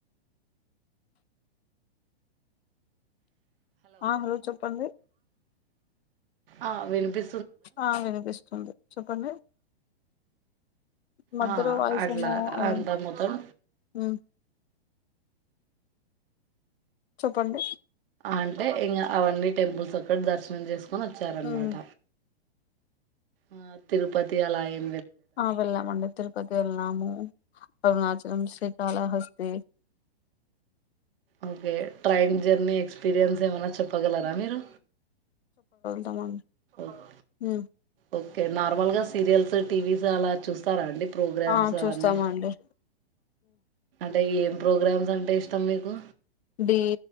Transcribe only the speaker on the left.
ఆ హలో చెప్పండి.
ఆ వినిపిస్తుంది. చెప్పండి. మధ్యలో
వాయిస్
ఏమో అదెం
హ్ చెప్పండి.
ఉమ్
ఆ వెళ్ళామండి తిరుపతి ఏళ్ళము. Arunachalam Srikalahasti
తమం
హ్
ఆ
చూస్తామండి.
డి